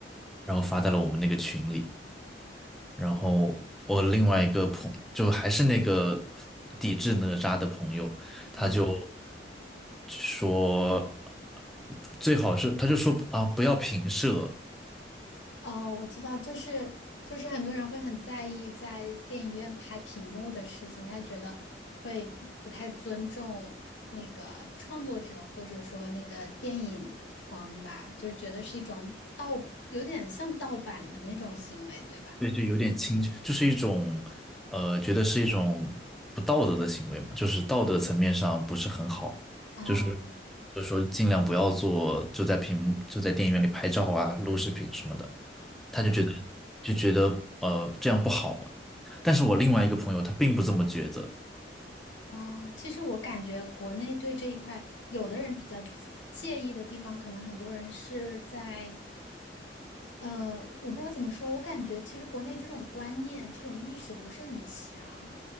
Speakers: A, in the centre; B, on the left.
A: 然后发在了我们那个群里。然后我另外一个朋就还是那个抵制哪吒的朋友，他就
B: 嗯，
A: 说最好是他就说啊不要平射，
B: 哦，我知道，就是就是很多人会很在意在电影院拍屏幕的事情，他觉得会不太尊重那个创作者或者说那个电影方吧，就是觉得是一种盗，有点像盗版的那种行为，对吧？
A: 对，就有点轻，就是一种，呃，觉得是一种不道德的行为嘛，就是道德层面上不是很好，
B: 啊，
A: 就是就是说尽量不要做，就在屏幕就在电影院里拍照啊、录视频什么的，他就觉得就觉得呃这样不好嘛。
B: 对
A: 但是我另外一个朋友他并不这么觉得，
B: 啊，其实我感觉国内对这一块，有的人比较介意的地方，可能很多人是在呃，我不知道怎么说，我感觉其实国内这种观念、这种意识不是很强。